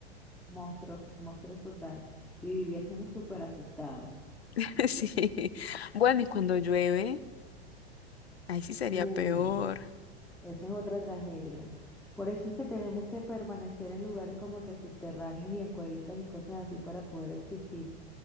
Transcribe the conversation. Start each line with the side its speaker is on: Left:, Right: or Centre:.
Centre: Monstruos, monstruos total. Y viviésemos súper asustados.
Left: <laughs> Sí. Bueno, y cuando llueve, ahí sí sería
Centre: Uy,
Left: peor.
Centre: esa es otra tragedia. Por eso es que tenemos que permanecer en lugares como que subterráneos y en cuevitas y cosas así para poder existir